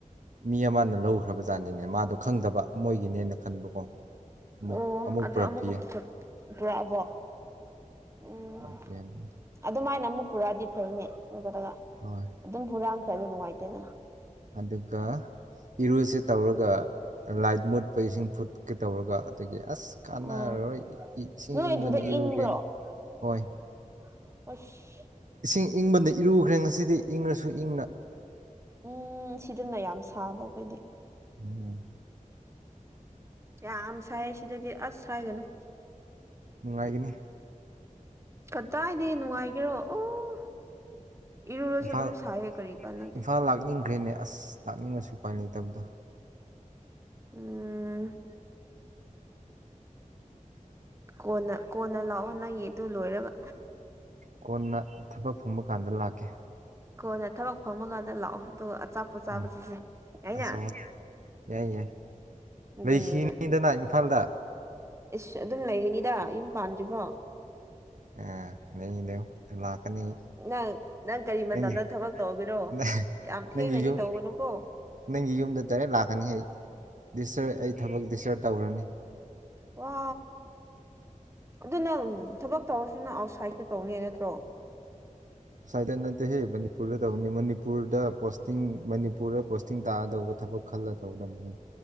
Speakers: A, on the right; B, on the right.
A: ꯃꯤ ꯑꯃꯅ ꯂꯧꯈ꯭ꯔꯕꯖꯥꯠꯅꯤꯅꯦ ꯃꯥꯗꯣ ꯈꯪꯗꯕ ꯃꯣꯏꯒꯤꯅꯦꯅ ꯈꯟꯕꯀꯣ ꯑꯃꯨꯛ
B: ꯑꯣ
A: ꯑꯃꯨꯛ
B: ꯑꯗꯨ
A: ꯄꯨꯔꯛꯄꯤꯌꯨ
B: ꯑꯃꯨꯛꯀ ꯄꯨꯊꯣꯛ ꯄꯨꯔꯛꯑꯕꯣ ꯎꯝ
A: ꯄꯨꯔꯛꯄꯤꯌꯦ ꯑꯗꯨ
B: ꯑꯗꯨꯃꯥꯏꯅ ꯑꯃꯨꯛ ꯄꯨꯔꯥꯗꯤ ꯐꯩꯅꯦ ꯑꯗꯨꯒꯠꯂꯒ
A: ꯍꯣꯏ
B: ꯑꯗꯨꯝ ꯍꯨꯔꯥꯟꯈ꯭ꯔꯗꯤ ꯅꯨꯡꯉꯥꯏꯇꯦꯅ
A: ꯑꯗꯨꯒ ꯏꯔꯨꯁꯦ ꯇꯧꯔꯒ ꯂꯥꯏꯠ ꯃꯨꯠꯄ ꯏꯁꯤꯡ ꯐꯨꯠꯀꯦ ꯇꯧꯔꯒ ꯑꯗꯒꯤ ꯑꯁ ꯀꯥꯟꯅꯔꯔꯣꯏ
B: ꯑꯣ
A: ꯏꯁꯤꯡ
B: ꯅꯣꯏ
A: ꯏꯪꯕꯅꯤ
B: ꯑꯗꯨꯗ
A: ꯏꯔꯨꯒꯦꯅꯤ
B: ꯏꯪꯕ꯭ꯔꯣ
A: ꯍꯣꯏ
B: ꯑꯁ
A: ꯏꯁꯤꯡ ꯏꯪꯕꯗ ꯏꯔꯨꯈ꯭ꯔꯦ ꯉꯁꯤꯗꯤ ꯏꯪꯉꯁꯨ ꯏꯪꯅ
B: ꯎꯝ ꯁꯤꯗꯅ ꯌꯥꯝ ꯁꯥꯕ ꯑꯩꯈꯣꯏꯗꯤ
A: ꯎꯝ
B: ꯌꯥꯝ ꯁꯍꯁꯤꯗꯗꯤ ꯑꯁ ꯍꯥꯏꯥꯏꯒꯅꯨ
A: ꯅꯨꯡꯉꯥꯏꯒꯅꯤ
B: ꯀꯗꯥꯏꯗꯤ ꯅꯨꯡꯉꯥꯏꯒꯦꯔꯣ ꯑꯣ ꯏꯔꯨꯔꯁꯨ
A: ꯏꯝꯐꯥꯜ
B: ꯑꯗꯨꯝ ꯁꯥꯏꯌꯦ ꯀꯔꯤ ꯀꯥꯟꯅꯗꯦ
A: ꯏꯝꯐꯥꯜ ꯂꯥꯛꯅꯤꯡꯈ꯭ꯔꯦꯅꯦ ꯑꯁ ꯂꯥꯛꯅꯤꯡꯉꯁꯨ ꯎꯄꯥꯏ ꯂꯩꯇꯕꯗꯣ
B: ꯎꯝ ꯀꯣꯟꯅ ꯀꯣꯟꯅ ꯂꯥꯛꯑꯣ ꯅꯪꯒꯤ ꯑꯗꯨ ꯂꯣꯏꯔꯕ
A: ꯀꯣꯟꯅ ꯊꯕꯛ ꯐꯪꯕ ꯀꯥꯟꯗ ꯂꯥꯛꯀꯦ
B: ꯀꯣ ꯅ ꯊꯕꯛ ꯐꯪꯉꯀꯥꯟꯗ ꯂꯥꯛꯑꯣ ꯑꯗꯨꯒ ꯑꯆꯥꯄꯣꯠ ꯆꯥꯕ
A: ꯎꯝ
B: ꯆꯠꯁꯦ ꯌꯥꯩꯅ
A: ꯑꯆꯧꯕ ꯌꯥꯏ ꯌꯥꯏ
B: ꯑꯗꯨꯅꯦꯕ
A: ꯂꯩꯈꯤꯅꯤꯗꯅ ꯏꯝꯐꯥꯜꯗ
B: ꯑꯁ ꯑꯗꯨꯝ ꯂꯩꯒꯅꯤꯗ ꯌꯨꯝ ꯄꯅꯤꯖꯕ
A: ꯑꯥ ꯂꯩ ꯂꯩꯌꯨ ꯂꯥꯛꯀꯅꯤ
B: ꯅꯪ ꯅꯪ ꯀꯔꯤ
A: ꯅꯪꯒꯤ
B: ꯃꯇꯝꯗ ꯊꯕꯛ ꯇꯧꯕꯒꯔꯣ
A: ꯅꯪ-
B: ꯌꯥꯝ ꯊꯦꯡꯅꯗꯤ
A: ꯅꯪꯒꯤ ꯌꯨꯝ
B: ꯇꯧꯒꯅꯨꯀꯣ
A: ꯅꯪꯒꯤ ꯌꯨꯝꯗ ꯇꯔꯦꯠ ꯂꯥꯛꯀꯅꯤ ꯑꯩꯇ ꯑꯩ ꯊꯕꯛ ꯗꯤꯁꯇꯔꯔꯕ ꯇꯧꯈ꯭ꯔꯅꯤ
B: ꯋꯥ ꯑꯗꯨꯅ ꯊꯕꯛ ꯇꯧꯔꯁꯨꯅ ꯑꯥꯎꯠꯁꯥꯏꯗꯇ ꯇꯧꯅꯦ ꯅꯠꯇ꯭ꯔꯣ
A: ꯋꯁꯥꯏꯠꯇ ꯅꯠꯇꯦꯍꯦ ꯃꯅꯤꯄꯨꯔꯗ ꯇꯧꯕꯅꯤ ꯃꯅꯤꯄꯨꯔꯗ ꯄꯣꯁꯇꯤꯡ ꯃꯅꯤꯄꯨꯔꯗ ꯄꯣꯁꯇꯤꯡ ꯇꯥꯗꯧꯕ ꯊꯕꯛ ꯈꯜꯂ ꯇꯧꯗꯝꯅꯤ